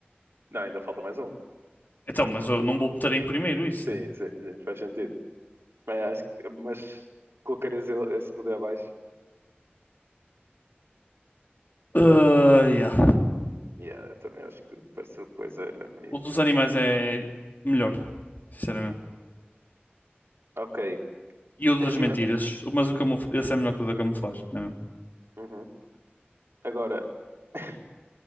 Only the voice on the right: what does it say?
Não, ainda falta mais um.
Sim,
sim, sim. Faz sentido. Bem, acho que- mas colocares ele esse poder abaixo.
Yeah, eu também acho que pareceu coisa era meio,
meio estranho.
Ok.
Regenera...
Uhum. Agora, <laughs>